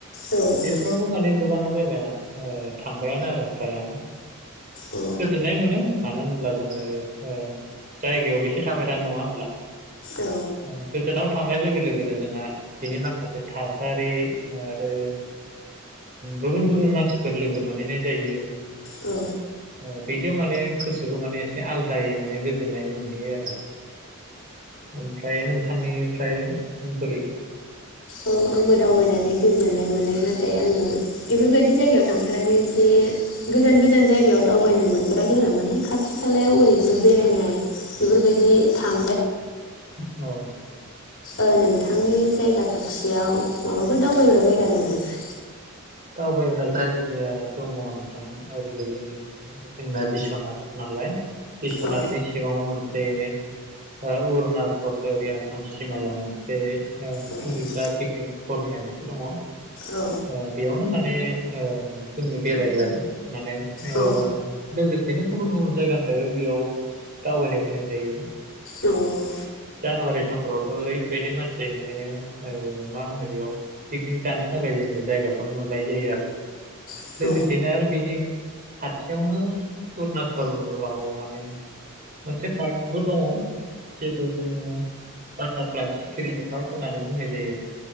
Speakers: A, on the left (about 60°); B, on the right (about 40°).
A: औ अ
B: बेफ्रावबो माने। गोबां जायगा ओ थांबायानो आरो फ्रायानो।
A: औ
B: गोजोननाय मोनो मानो होनब्ला जोङो ओ जायगायाव बेसे थाबाय थानो नङा होनब्ला।
A: औ
B: <unintelligible> थांनाय लोगो लोगोनो जोंहा बिनि माखासे थासारि आरो। गुबुन गुबुन मानसिफोर लोगो मोनहैनाय जायो।
A: औ।
B: ओ बिदियाव माने गोसोखौ माने एसे आलादायै माने गोजोननाय मोनहैयो आरो ओमफ्राय नों थांनिफ्राय बोरै
A: औ आंबो दावबायनानै गोजोननाय मोनो नाथाय आङो बेफोर बायदि जायगायाव थांफेराखै जे गोजान गोजान जायगायाव दावबायनो मोनफेराखै आरो माने खाथि खालायाव ओरैनो बेरायनाय बेफोर बायदि थां
B: औ।
A: ओ नोंथांनि जायगा खाथियाव माबाफोर दावबायग्रा जायगा दं नामा?
B: दावबायग्रा जायगाया दङ' नोंथां ओरै जोंनि <unintelligible> जोंना बिस्वनाथ नालाय। बिसनाथनि
A: औ
B: सिङाव मोनसे। ओ अरुनाचल ओरै आसाम सिमायाव मोनसे
A: औ
B: सिजुसा पिकनिक स्पट होननाय मोनसे दङ'।
A: औ
B: ओ बेयावनो माने ओ जोंनि बेरायो आरो। माने ओ
A: औ
B: लोगो बिदिनो गुबुन गुबुन जायगानिफ्राय बेयाव दावबायनो फैनाय जायो।
A: उम
B: जानुवारि समफ्रावथ' ओरै बायदि मानसि माने ओ मा होनो बेयाव पिकनिक जानो थाखाय जोङो जायगा। खौनो मोनलायि जायो आरो
A: औ
B: लोगोसेनो आरो बिनि खाथियावनो उरनाचललाव मानि मोनसे पार्कबो दङ' <unintelligible> जोङो बाटारफ्लाइ सिखिरिनि पार्क होननानै बुंनाय जायो